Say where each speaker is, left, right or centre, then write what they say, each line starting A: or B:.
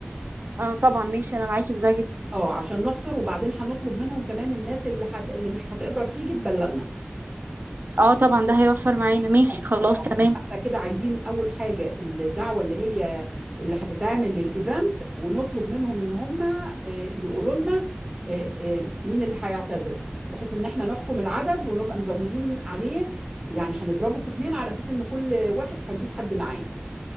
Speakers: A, on the right; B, on the right.
A: اه طبعا ماشي أنا معاكي في ده جدا
B: اه عشان نحصر وبعدين هنطلب منهم كمان الناس اللي حت... اللي مش هتقدر تيجي تبلغنا
A: اه طبعا ده هيوفر معانا ماشي
B: أيوة.
A: خلاص تمام
B: احنا كده عايزين اول حاجه الدعوه اللي هي اللي هتتعمل للايفنت ونطلب منهم ان هم آه، يقولوا لنا آه، آه، مين اللي هيعتذر بحيث ان احنا نحكم العدد ونبقى مزودين عليه يعني هنضربه في اتنين على اساس ان كل واحد هيجيب حد معاه